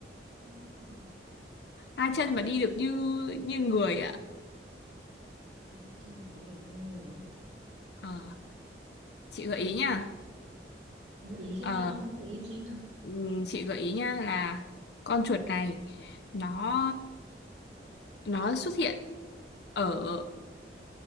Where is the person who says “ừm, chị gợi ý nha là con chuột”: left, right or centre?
Left